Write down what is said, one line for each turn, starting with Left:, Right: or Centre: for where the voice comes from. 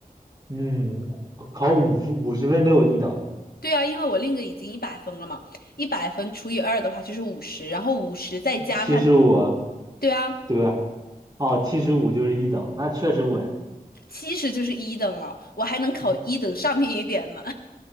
Right: 嗯，考五五十分都有一等，
Left: 对啊，因为我另一个已经一百分了嘛，一百分除以二的话就是五十，然后五十再加上，
Right: 七十五，
Left: 对啊，
Right: 对吧？哦，七十五就是一等，那确实稳。
Left: 七十就是一等了，我还能考一等上面一点呢。
Right: 嗯，